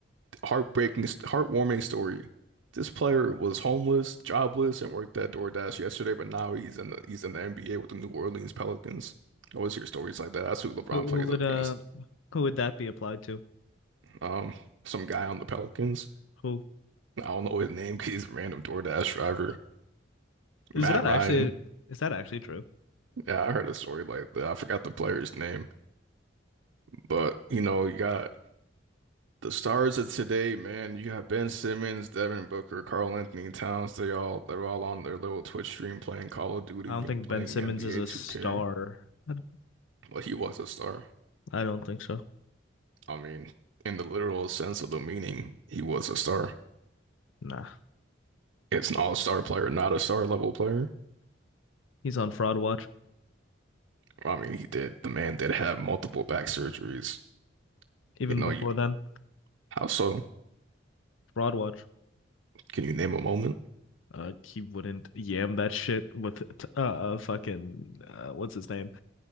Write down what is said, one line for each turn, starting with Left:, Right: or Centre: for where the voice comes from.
Right: heartbreaking, heartwarming story. This player was homeless, jobless, and worked at DoorDash yesterday, but now he's in the he's in the NBA with the New Orleans Pelicans. I always hear stories like that. That's who LeBron
Left: Who,
Right: plays
Left: who would
Right: against.
Left: uh who would that be applied to?
Right: Um, some guy on the Pelicans.
Left: Who
Right: I don't know his name because he's a random DoorDash driver.
Left: is
Right: Matt
Left: that
Right: Ryan.
Left: actually? Is that actually true?
Right: Yeah, I heard a story like that. I forgot the player's name, but you know, you got. The stars of today, man, you got Ben Simmons, Devin Booker, Karl Anthony Towns. They all they're all on their little Twitch stream playing Call of Duty
Left: I don't think
Right: and playing
Left: Ben Simmons
Right: NBA
Left: is a
Right: 2K.
Left: star. I don't
Right: Well, he was a star.
Left: I don't think so.
Right: I mean, in the literal sense of the meaning, he was a star.
Left: Nah,
Right: It's an all-star player, not a star level player.
Left: he's on Fraud Watch.
Right: I mean, he did. The man did have multiple back surgeries.
Left: Even
Right: You know,
Left: before
Right: you
Left: then,
Right: how so?
Left: Fraud Watch.
Right: Can you name a moment?
Left: Uh, he wouldn't yam that shit with <laughs> t- uh, uh fucking uh what's his name?